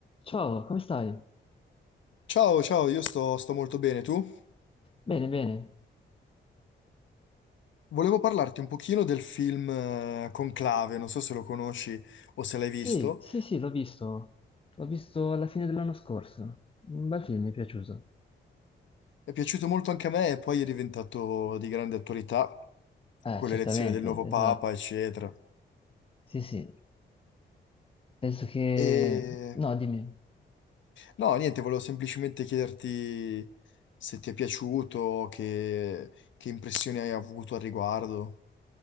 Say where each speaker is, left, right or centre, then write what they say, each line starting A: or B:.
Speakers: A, on the left; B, on the left.
A: Ciao, come stai?
B: Ciao, ciao, io sto, sto molto bene, tu?
A: Bene, bene.
B: Volevo parlarti un pochino del film eh, Conclave, non so se lo conosci o se l'hai
A: Sì,
B: visto.
A: sì, sì, l'ho visto. L'ho visto alla fine dell'anno scorso. Un bel film, mi è piaciuto.
B: È piaciuto molto anche a me e poi è diventato di grande attualità
A: Eh,
B: con
A: certamente,
B: l'elezione del nuovo
A: esatto.
B: Papa, eccetera.
A: Sì, sì. Penso che...
B: E
A: No, dimmi.
B: no, niente, volevo semplicemente chiederti se ti è piaciuto, che, che impressioni hai avuto al riguardo.